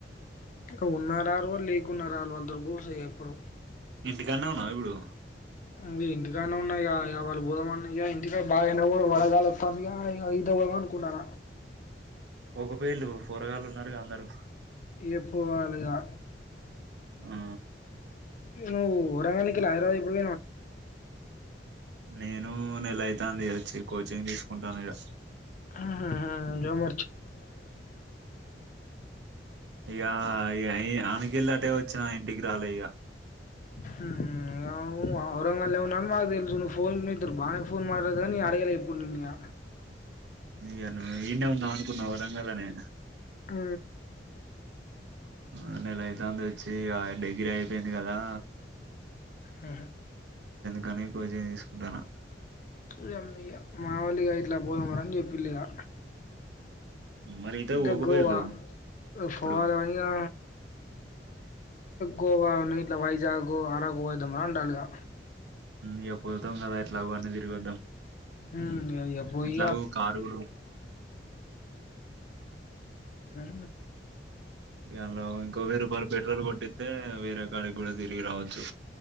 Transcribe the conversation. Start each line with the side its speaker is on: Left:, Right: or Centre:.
Left: ఇక ఉన్నారరారు కూడా లేకున్నారా వాళ్ళు వాళ్లతోటి గుర్చొని ఎప్పుడు
Right: ఇంటికానే ఉన్నావ ఇప్పుడు
Left: ఇం ఇంటికానే ఉన్నాయిగా ఆ ఆయా వాళ్ళు బూదమన్నాయి. గా ఇంటికా బాగా ఎండకూడ వలగాలుస్తాంది. గా ఇగ ఈతకు పోద్దాం అనుకుంటన
Right: ఒకబేల్లు పోరగాలు ఉన్నారుగా అందరు
Left: ఏ పోవాలిగా
Right: ఆ
Left: ఏ ను వరంగలి ఏరా ఇప్పుడు
Right: నేను నెలయితే వచ్చి కోచింగ్ తీసుకుంటాను ఈడ
Left: ఆహా హ
Right: యా ఏ య అనికాల అదే వచ్చిన ఇంటికి రాలేయ్యా
Left: హ్మ్ ఔంగ లే ఉనని మాద తె చ ఫోన్ తరుపాే ఫోన్ మాట్ా న అడయాాల ఏప్పుడువయయా
Right: ఇను ఈన్న ఉందాం అనుకున్న వరంగలనే
Left: ఊ
Right: ఆ నెల ఐతుంది వచ్చి డిగ్రీ అయిపోయింది కదా
Left: ఊ
Right: కానీ కోచింగ్ తీసుకుంటున్నా
Left: మగా మామూలుగా ఇట్లా పోద మ అని చెప్ప ఫుల్ గా
Right: మరి ఈతకు
Left: కా
Right: పోకపోయిల్లు
Left: గోవా
Right: ఇప్పుడు
Left: ఫల్ ఆనియా గోవా ఇట్లా వైజాగ్ అరకు పోయొద్దాం అండాలిగా
Right: ఇక పోతాం కదా ఇట్లాగ అనేది ద్దాం
Left: ఉమ్ ఇగ పోయి
Right: అట్లాగ కారు
Left: హు
Right: ఇలా ఇంకో వేయి రూపాయలు పెట్రోల్ కొట్టి అయితే వేరే కాడికి కూడా తిరిగి రావచ్చు